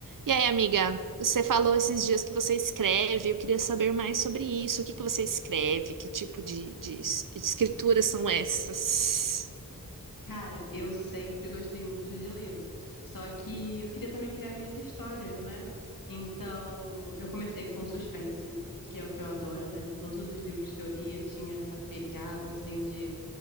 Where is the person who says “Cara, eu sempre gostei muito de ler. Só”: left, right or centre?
Left